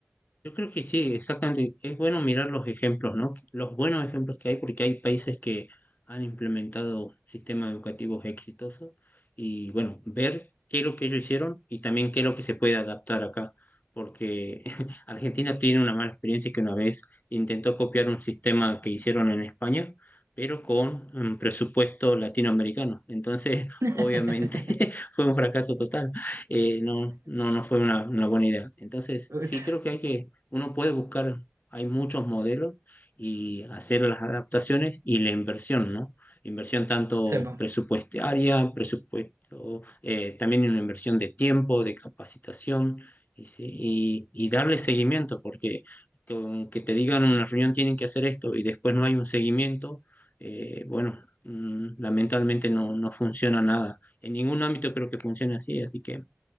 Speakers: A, on the left; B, on the right.
A: Yo creo que sí, exactamente. Es bueno mirar los ejemplos, ¿no? Los buenos ejemplos que hay, porque hay países que han implementado sistemas educativos exitosos y, bueno, ver qué es lo que ellos hicieron y también qué es lo que se puede adaptar acá, porque <laughs> Argentina tiene una mala experiencia que una vez intentó copiar un sistema que hicieron en España, pero con un presupuesto latinoamericano. Entonces, <laughs>
B: <laughs>
A: obviamente, <laughs> fue un fracaso total eh, no, no, no fue una, una buena idea. Entonces,
B: Uch,
A: sí creo que hay que uno puede buscar, hay muchos modelos y hacer las adaptaciones y la inversión, ¿no? Inversión tanto
B: sí, po.
A: presupuestaria, presupuesto, eh, también una inversión de tiempo, de capacitación y, se- y- y darle seguimiento, porque con que te digan en una reunión tienen que hacer esto y después no hay un seguimiento, eh, bueno, mm, lamentablemente no, no funciona nada. En ningún ámbito creo que funcione así, así que